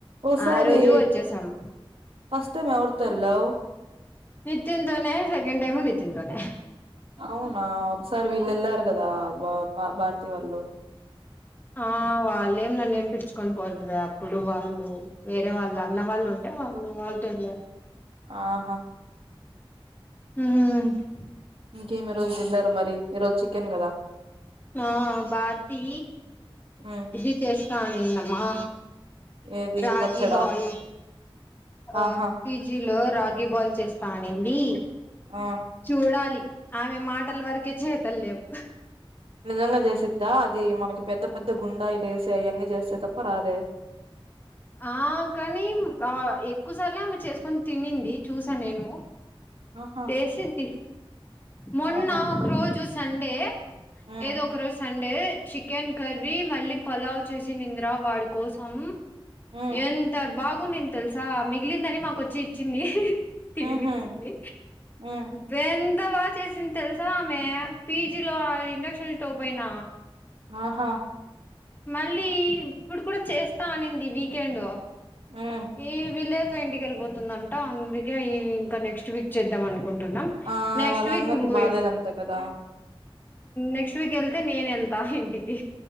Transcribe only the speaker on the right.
ఓసారి
ఫస్ట్ టైం ఎవరితో వెళ్ళావ్?
అవునా ఒకసారి వీళ్ళు వెళ్లారు కదా, బ ప భారతీ వాళ్ళు.
ఆహా
ఇంకేమి ఈ రోజు డిన్నరు మరి? ఈ రోజు చికెన్ కదా!
ఉమ్,
ఏది
పచ్చడా
ఆహా
ఆ
నిజంగా చేసిద్దా అది మనకి పెద్ద పెద్ద గుండాయి లేసి అవన్నీ చేస్తే తప్ప రాదే
ఆహా
ఆహా
ఉమ్
ఉమ్
ఉహు ఉమ్
ఆహా
ఉమ్
ఆ
వాళ్ళ
అన్నకి
బాలేదంట కదా